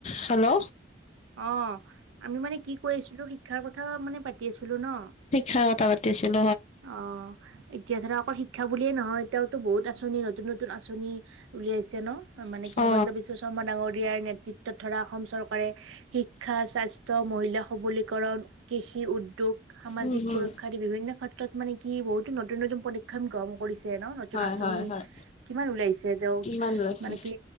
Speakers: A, on the left (about 35°); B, on the right (about 80°).
A: হেল্ল'।
B: অ' আমি মানে কি কৈ আছিলো, শিক্ষাৰ কথা মানে পাতি আছিলো ন'?
A: হ কথা পাতি আছিলোঁ।
B: অ' এতিয়া ধৰা অকল শিক্ষা বুলিয়ে নহয়, এতিয়াও বহুত আঁচনি, নতুন নতুন আঁচনি উলিয়াইছে। ন' মানে কি
A: অ
B: হিমন্ত বিশ্ব শৰ্মা ডাঙৰীয়াৰ নেতৃত্বত ধৰা অসম চৰকাৰে শিক্ষা স্বাস্থ মহিলা সবলীকৰণ, কৃষি উদ্যোগ, সামাজিক
A: উম হম
B: সুৰক্ষা, আদি বিভিন্ন ক্ষেত্ৰত মানে কি কি বহুতো নতুন নতুন পদক্ষেপ গ্ৰহণ কৰিছে ন'? নতুন
A: হয়
B: আঁচনি
A: হয় হয়
B: কিমান ওলাইছে যে
A: কিমান লৈছে
B: মানে কি,